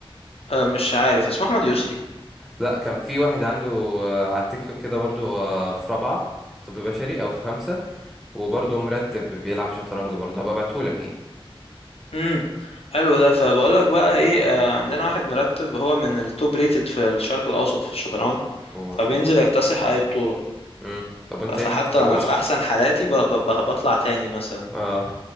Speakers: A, on the left (about 90°); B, in the centre.
A: آه، مش عارف اسمه احمد يسري
B: لا كان في واحد عنده آه، على التيك توك كده برضه هو في رابعة في طب بشري أو في خمسة وبرضه مرتب بيلعب شطرنج برضه هبقى ابعتهولك يعني
A: امم حلو ده فبقول لك بقى ايه آه، عندنا واحد مرتب هو من التوب ريتد في الشرق الاوسط في الشطرنج
B: وإن
A: فبينزل
B: شاء الله
A: يكتسح اي بطولة
B: مم. طب أنت
A: ف- فحتى
B: إيه ما بتكتبوش؟
A: انا في احسن حالاتي ب- ب- ب- بطلع تاني مثلا
B: اه